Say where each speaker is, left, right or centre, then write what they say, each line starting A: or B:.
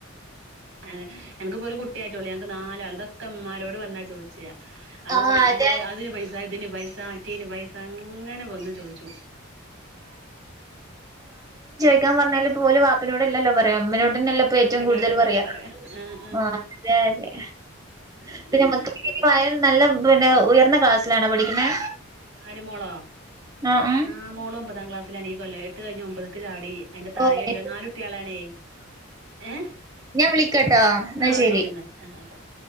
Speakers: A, on the right (about 70°); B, on the right (about 20°).
A: ആ നെനക്ക്പ്പോ ഒരു കുട്ടിയായിട്ടള്ളൂ. ഞങ്ങക്ക് നാലാള്. ഇതൊക്കെമ്മാരോട് വന്നാ ചോച്ചാ അത്
B: ആഹ്
A: കൊ
B: അതെ
A: അത് അതിന് പൈസ ഇതിന് പൈസ മറ്റീന് പൈസ അങ്ങനെ വന്നു ചോച്ചു
B: ക്കാൻ പറഞ്ഞാലുപ്പ ഓല് വാപ്പനോടല്ലല്ലോ പറയാ. ഉമ്മാനോടന്നല്ലേപ്പ ഏറ്റവും
A: ഉമ്മനോടന്നെല്ലേ
B: കൂടുതല് പറയാ
A: ആഹ്
B: ആ അതാണ്.
A: ആഹ്
B: പ്പ ഞമ്മക്ക്പ്പ <unintelligible> നല്ല പിന്നെ ഉയർന്ന ക്ലാസിലണോ പഠിക്കണേ?
A: ആര് മോളോ?
B: ആഹ് ആഹ്
A: ആ മോള് ഒമ്പതാം ക്ലാസ്സ്ലാണ് ഈ കൊല്ലം. എട്ടു കഴിഞ്ഞ് ഒമ്പത്ക്ക് ചാടി. അയിന്റെ തായല്ലോ
B: ഓഹ്
A: നാല് കുട്ട്യോളാണേ. ഏ
B: ഞാൻ വിളിക്കട്ടോ എന്നാ
A: ആ
B: ശരി
A: ശരിന്നാ ആ ആക്കട്ടെ